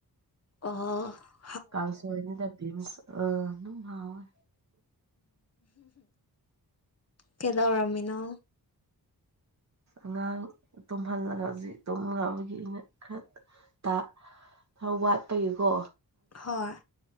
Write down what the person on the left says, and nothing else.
ꯑꯣ ꯍꯣ
ꯀꯩꯗꯧꯔꯝꯃꯤꯅꯣ
ꯍꯣꯏ